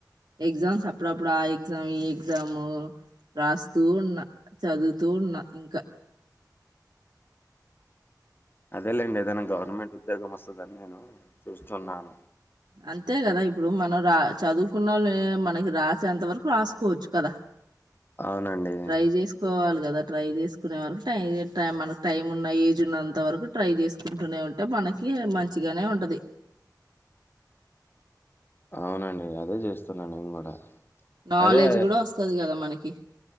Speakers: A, on the right; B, on the left.
A: ఎగ్జామ్స్ అప్పుడప్పుడు ఆ ఎగ్జామ్ ఈ ఎగ్జామ్ రాస్తూ ఉన్న చదువుతూ ఉన్న ఇంకా
B: అదేలేండి ఏదైనా గవర్నమెంట్ ఉద్యోగం వస్తుందని నేను చూస్తున్నాను
A: అంతే కదా ఇప్పుడు మనం రా చదువు చదువుకునేల్లే వాళ్ళని మనకి రాసేంత వరకు రాసుకోవచ్చు కదా
B: అవునండి
A: ట్రై చేసుకోవాలి కదా ట్రై చేసుకో చదువుకునే వరకు టై టై మనకు టైం ఉన్న ఏజ్ ఉన్నంత వరకు ట్రై చేసుకుంటూనే ఉంటే మనకి మంచిగానే ఉంటాది
B: అవునండి అదే చేస్తున్నా నేను కూడా
A: నాలెడ్జ్
B: అదే
A: కూడా వస్తాది కదా మనకి